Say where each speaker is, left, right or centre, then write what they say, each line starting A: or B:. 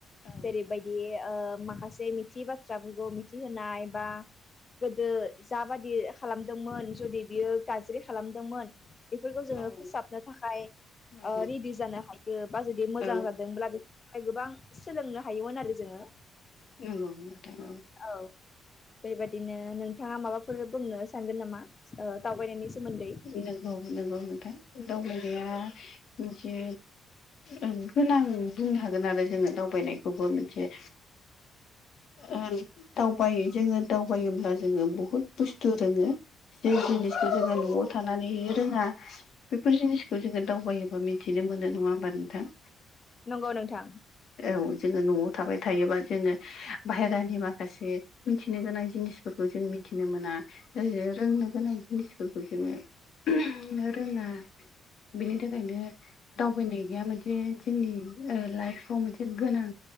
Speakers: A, on the left; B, on the left.
A: औ
B: जेरैबायदि ओ माखासे थियि बाथ्राफोरखौ मिथिहोनाय बा गोदो जा बादि खालामदोंमोन जुदि बियो गाज्रि खालामदोंमोन बेफोरखौ जोङो
A: औ
B: फोसाबनो थाखाय
A: नंगौ
B: ओ रेडि जानो हायो। बा जुदि मोजां
A: औ
B: जादोंब्ला बेफोर गोबां सोलोंनो हायोमोन आरो जोङो।
A: नंगौ नोंथां औ।
B: औ बेबादिनो नोंथाङा माबाफोर बुंनो सानगोन नामा? ओ दावबायनायनि सोमोन्दै
A: नंगौ औ नंगौ नोंथां दावबायनाया मोनसे ओं बुंनो हागोन आरो जोङो दावबायनायखौबो मोनसे। औ। दावबाय जोङो दावबायोब्ला जोङो बुहुद बुस्थु रोङो। जे जिनिसखौ जोङो न'आव थानानै रोङा बेफोर जिनिसखौ जोङो दावबायोबा मिथिनो मोनो नङा होमबा नोंथां?
B: नंगौ नोंथां
A: औ जोङो न'आव थाबाय थायोबा जोङो बाहेरानि माखासे मिथिनो गोनां जिनिसफोरखौ जों मिथिनो मोना। रोंनो गोनां जिनिसफोरखौ जोङो रोङा। बिनि थाखायनो दावबायनाय गैया मोनसे जोंनि ओ लाइफआव मोनसे गोनां।